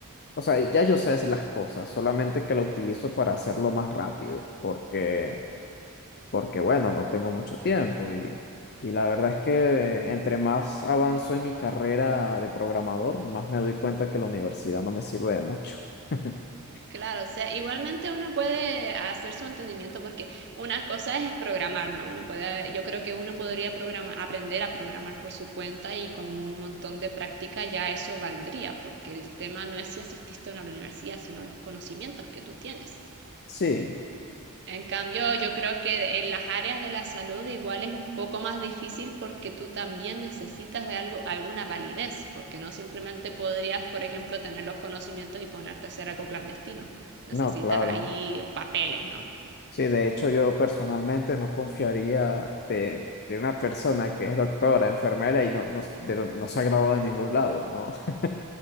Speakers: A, on the left; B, on the right.
A: O sea, ya yo sé hacer las cosas, solamente que la utilizo para hacerlo más rápido, porque porque bueno, no tengo mucho tiempo y, y la verdad es que eh, entre más avanzo en mi carrera de programador, más me doy cuenta que la universidad no me sirve de mucho. <laughs>
B: Claro, o sea, igualmente uno puede hacer su entendimiento porque una cosa es programar, ¿no? Uno puede, yo creo que uno podría programa- aprender a programar por su cuenta y con un montón de práctica ya eso valdría, porque el tema no es si asististe o no a la universidad, sino los conocimientos que tú tienes.
A: Sí,
B: En cambio, yo creo que en las áreas de la salud igual es un poco más difícil porque tú también necesitas de algo, alguna validez, porque no simplemente podrías, por ejemplo, tener los conocimientos y ponerte a hacer algo clandestino. Necesitas
A: no, claro.
B: ahí papeles, ¿no? <laughs>
A: Sí, de hecho yo personalmente no confiaría de, de una persona que es doctora, enfermera y no, no, de- no se ha graduado de ningún lado, ¿no? <laughs>